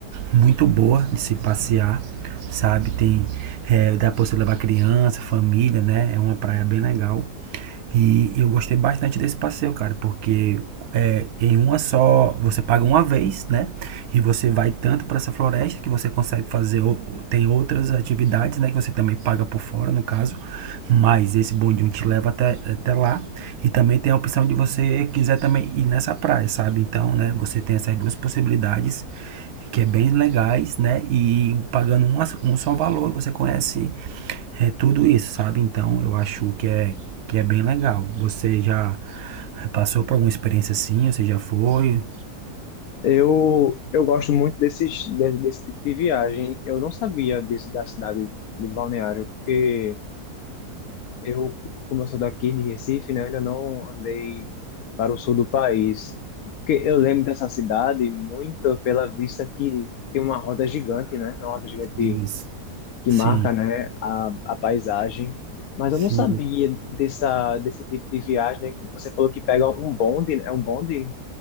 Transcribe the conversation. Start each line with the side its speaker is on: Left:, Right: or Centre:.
Right: muito boa de se passear, sabe? Tem, é, dá pra você levar criança, família, né? É uma praia bem legal. E e eu gostei bastante desse passeio, cara, porque é, em uma só, você paga uma vez, né? E você vai tanto para essa floresta que você consegue fazer, o- tem outras atividades, né? Que você também paga por fora, no caso. Mas esse bondinho te leva até, até lá. E também tem a opção de você quiser também ir nessa praia, sabe? Então, né? Você tem essas duas possibilidades que é bem legais, né? E pagando um, um só valor, você conhece é, tudo isso, sabe? Então eu acho que é, que é bem legal. Você já passou por alguma experiência assim? Você já foi?
Left: Eu, eu gosto muito desses, desse, desse tipo de viagem. Eu não sabia disso da cidade de Balneário, porque eu, como eu sou daqui de Recife, né? Ainda não andei para o sul do país. Porque eu lembro dessa cidade muito pela vista que tem uma roda gigante, né? Uma roda gigante
Right: Isso.
Left: que
Right: Sim,
Left: marca, né, a, a paisagem. Mas
Right: sim.
Left: eu não sabia dessa, desse tipo de viagem, né? Você falou que pega um bonde, né? é um bonde?